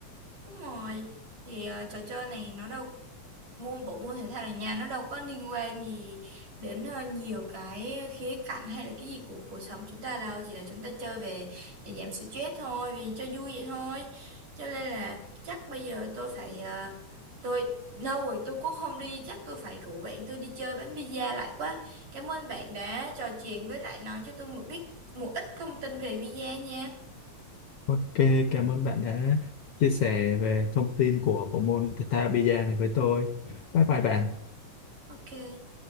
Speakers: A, on the right; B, on the left.
A: đúng rồi thì ờ, trò chơi này nó đâu môn bộ môn thể thao ở nhà nó đâu có liên quan gì đến ờ, nhiều cái khía cạnh hay là cái gì của cuộc sống chúng ta đâu chỉ là chúng ta chơi về để giảm stress thôi vì cho vui vậy thôi cho nên là chắc bây giờ tôi phải ờ, tôi lâu rồi tôi cũng không đi chắc tôi phải rủ bạn tôi đi chơi bánh pizza lại quá cảm ơn bạn đã trò chuyện với lại nói cho tôi một ít một ít thông tin về pizza nha
B: Ok cảm ơn bạn đã chia sẻ về thông tin của bộ môn Theta Bida này với tôi bye bye bạn
A: ok